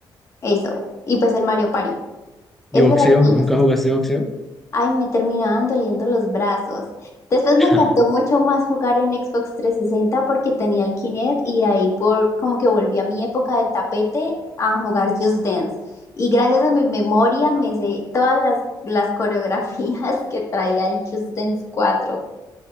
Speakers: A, on the left; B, in the centre.
A: Eso. Y pues el Mario Party. Eso
B: ¿Y boxeo?
A: era lo que
B: ¿Nunca
A: más gustaba.
B: jugaste boxeo?
A: Ay, me terminaban doliendo los brazos. Después me
B: <laughs>
A: encantó mucho más jugar en Xbox 360 porque tenía el Kinect y ahí por como que volví a mi época del tapete a jugar Just Dance. Y gracias a mi memoria me sé todas las, las coreografías <laughs> que traía el Just Dance 4.